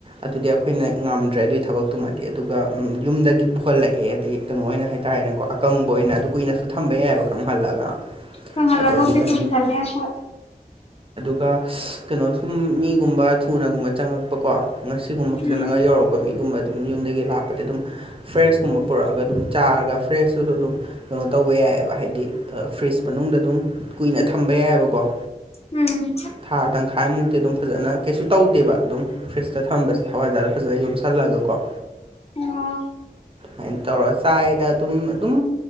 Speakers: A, on the right; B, on the left.
A: ꯑꯗꯨꯗꯤ ꯑꯩꯈꯣꯏꯅ ꯉꯝꯗ꯭ꯔꯦ ꯑꯗꯨꯒꯤ ꯊꯕꯛꯇꯨꯃꯗꯤ ꯑꯗꯨꯒ ꯌꯨꯝꯗꯒꯤ ꯄꯨꯍꯜꯂꯛꯑꯦ ꯍꯥꯏꯗꯤ ꯀꯩꯅꯣ ꯑꯣꯏꯅ ꯍꯥꯏꯇꯥꯔꯦꯅꯦꯀꯣ ꯑꯀꯪꯕ ꯑꯣꯏꯅ ꯑꯗꯨ ꯀꯨꯏꯅꯁꯨ ꯊꯝꯕ ꯌꯥꯏꯑꯕ ꯀꯪꯍꯜꯂꯒ
B: ꯀꯉꯂꯒꯣꯕꯨꯗꯤ
A: ꯑꯗꯒꯤ ꯀꯩꯅꯣ
B: ꯀ ꯆꯅꯤ ꯑꯁ
A: ꯀꯥ ꯏꯁ ꯀꯩꯅꯣ ꯁꯨꯝ ꯃꯤꯒꯨꯝꯕ ꯊꯨꯅꯒꯨꯝꯕ ꯆꯪꯉꯛꯄꯀꯣ ꯉꯁꯤꯒꯨꯝꯕ ꯐꯖꯅꯒ
B: ꯎꯝ
A: ꯌꯧꯔꯛꯄ ꯃꯤꯒꯨꯝꯕ ꯑꯗꯨꯝ ꯌꯨꯝꯗꯒꯤ ꯂꯥꯛꯄ ꯗꯤ ꯑꯗꯨꯝ ꯐ꯭ꯔꯦꯁꯀꯨꯝꯕ ꯄꯨꯔꯛꯑꯒ ꯑꯗꯨꯝ ꯆꯥꯔꯒ ꯐ꯭ꯔꯦꯁꯇꯨꯁꯨ ꯑꯗꯨꯝ ꯀꯩꯅꯣ ꯇꯧꯕ ꯌꯥꯏꯑꯕ ꯍꯥꯏꯗꯤ ꯐ꯭ꯔꯤꯖ ꯃꯅꯨꯡꯗ ꯑꯗꯨꯝ ꯀꯨꯏꯅ ꯊꯝꯕ ꯌꯥꯏꯑꯕꯀꯣ
B: ꯎꯝ
A: ꯊꯥ ꯇꯪꯈꯥꯏꯃꯨꯛꯇꯤ ꯑꯗꯨꯝ ꯐꯖꯅ ꯀꯩꯁꯨ ꯇꯧꯗꯦꯕ ꯑꯗꯨꯝ ꯐ꯭ꯔꯤꯖꯇ ꯊꯝꯕꯁꯦ ꯍꯋꯥꯏꯖꯥꯗ ꯐꯖꯅ ꯌꯣꯝꯁꯜꯂꯒ ꯀꯣ
B: ꯑꯣ
A: ꯑꯗꯨꯃꯥꯏꯅ ꯇꯧꯔꯒ ꯆꯥꯏꯗ ꯑꯗꯨꯝ ꯑꯗꯨꯝ